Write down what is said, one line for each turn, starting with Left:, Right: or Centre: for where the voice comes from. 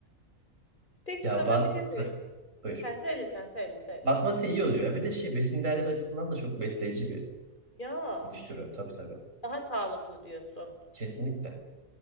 Left: Peki
Right: Ya
Left: sana
Right: bas...
Left: bir şey söyleyeyim.
Right: Buyur.
Left: Ha, söyle sen söyle söyle.
Right: Basmati iyi oluyor ya. Bir de şey besin değerleri açısından da çok besleyici bir
Left: Ya.
Right: güneş türü. Tabii tabii.
Left: Daha sağlıklı diyorsun.
Right: Kesinlikle.